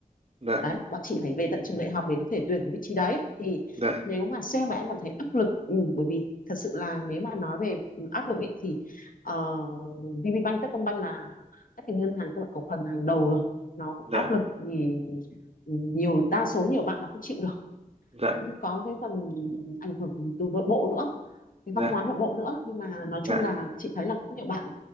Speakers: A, on the right; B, on the left.
A: dạ
B: đấy bọn chị phải về tận trường đại học để có thể tuyển cái vị trí đấy thì
A: dạ
B: nếu mà sale mà em cảm thấy áp lực ừ, bởi vì thật sự là nếu mà nói về áp lực ý, thì uh, VPBank, Techcombank là các cái ngân hàng các bạn cổ phần hàng đầu rồi nó cũng
A: dạ
B: áp lực thì ừ, nhiều đa số nhiều bạn là không chịu được
A: dạ
B: cũng có cái phần ảnh hưởng từ nội bộ nữa cái
A: dạ
B: văn hóa nội bộ nữa nhưng mà nói
A: dạ
B: chung là chị thấy là cũng nhiều bạn